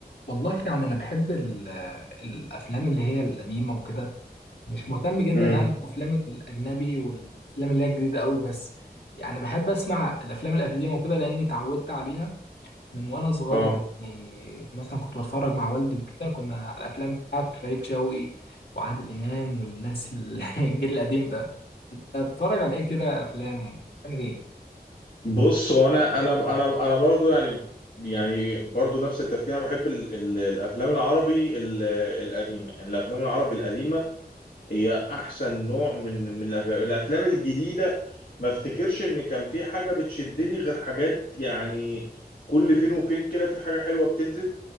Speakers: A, on the left (about 80°); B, on the left (about 65°).
A: والله يعني انا بحب ال- الافلام اللي هي القديمه وكده مش مهتم جدا
B: امم
A: يعني بالافلام الاجنبي والافلام اللي هي الجديده قوي بس يعني بحب اسمع الافلام القديمه وكده لاني اتعودت عليها من وانا صغير
B: اه
A: يعني مثلا كنت بتفرج مع والدي وكده كنا على الافلام بتاعت فريد شوقي وعادل امام والناس ال- <laughs> الجيل القديم ده انت بتتفرج على ايه كده افلام بتعمل ايه
B: بص وانا انا انا انا أنا برضو يعني يعني برضو نفس التفكير انا بحب ال ال الافلام العربي ال- القديمه يعني الافلام العربي القديمه هي احسن نوع من من الافلام الافلام الجديده ما افتكرش ان كان في حاجه بتشدني غير حاجات يعني كل فين وفين كده في حاجه حلوه بتنزل